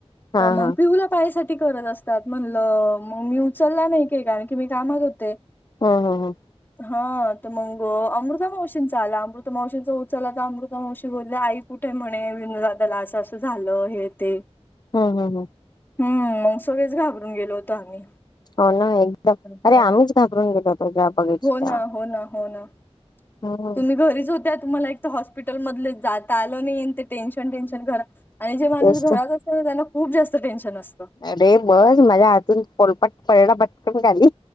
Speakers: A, on the left; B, on the left.
A: हा
B: तर मग
A: हा
B: पिहुला पायासाठी करत असतात म्हणलं मग मी उचल का नाही केला, की मी कामात होते.
A: हम्म हम्म हम्म.
B: हा तर मग अमृता मावशींचा आला अमृता मावशींचा उचल तर अमृता मावशी बोलले आई कुठे म्हणे विनदादाला असं असं झालं हे ते.
A: हम्म हम्म हम्म.
B: हम्म, मग सगळेच घाबरून गेलो होतो आम्ही.
A: हो ना एकदम,
B: हम्म
A: अरे आम्हीच घाबरून गेलो होतो जेव्हा बघितलं
B: हो ना
A: तेव्हा
B: हो ना हो ना,
A: हम्
B: तुम्ही घरीच हो त्यात तुम्हाला एक तर हॉस्पिटल मधले जाता आलं नाही आणि ते टेन्शन टेन्शन घरा आणि जे माणूस
A: तेच
B: घरात
A: तर
B: असल, त्यांना खूप जास्त टेन्शन असतं.
A: अरे बस माझ्या हातून पोलपाट परणा भटकन झाली.